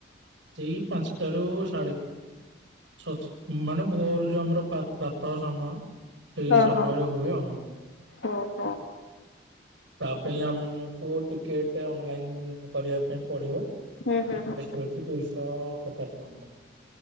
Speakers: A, on the right (about 75°); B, on the left (about 85°).
A: ସେଇ ପଞ୍ଚଟା ରୁ ସାଢେ ଛ ଛ ମାନେ ଭୋର ଯୋଉ ଆମର ଯୋଉ ପ୍ରାତଃ ସମୟ ସେଇ
B: ହଁ
A: ସମୟରେ
B: ହଁ
A: ହୁଏ ଆଉ।
B: ଓହୋ
A: ତା ପାଇଁ ଆମକୁ ଟିକେଟ ଅନଲାଇନ କରିବା ପାଇଁ ପଡିବ।
B: ହୁଁ ହୁଁ।
A: ରଛି ଦୁଇଶହ ପଚାଶ ଟଙ୍କା।